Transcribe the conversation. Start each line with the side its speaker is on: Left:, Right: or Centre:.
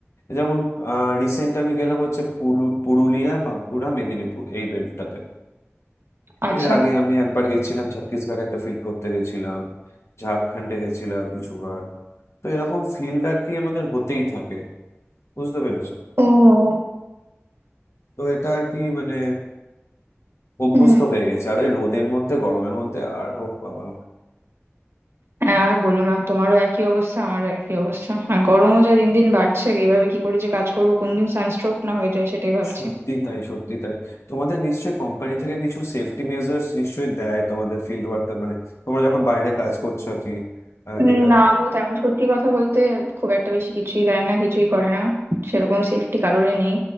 Left: যেমন রিসেন্ট আমি গেলাম হচ্ছে পুরু- পুরুলিয়া বাঁকুড়া মেদিনীপুর এই বেল্টটাতে
Right: আচ্ছা
Left: এর আগে আমি একবার গেছিলাম ছত্তিশগড়ে একটা ফিল্ড করতে গেছিলাম ঝাড়খণ্ডে গেছিলাম কিছুবার তো এরকম ফিল্ড আর কি আমাদের হতেই থাকে বুঝতে পেরেছো
Right: ও
Left: তো এটা আর কি মানে অভ্যস্ত
Right: হুম
Left: হয়ে গেছে আর ওই রোদের মধ্যে গরমের মধ্যে আর ও বাবা
Right: হ্যাঁ আর বলো না তোমারও একই অবস্থা আমারও একই অবস্থা আর গরমও যা দিন দিন বাড়ছে এইভাবে কি করে যে কাজ করবো কোন দিন সানস্ট্রোক না হয়ে যায় সেটাই ভাবছি
Left: সত্যি তাই সত্যি তাই তোমাদের নিশ্চয়ই কোম্পানি থেকে কিছু সেফটি মেজার্স নিশ্চয়ই দেয় তোমাদের ফিল্ড ওয়ার্কার মানে তোমরা যখন বাইরে কাজ করছো আর কি
Right: উম,
Left: ডেটা
Right: না গো তেমন সত্যি কথা বলতে খুব একটা বেশি কিছুই দেয় না কিছুই করে না সেরকম সেফটি কারোরই নেই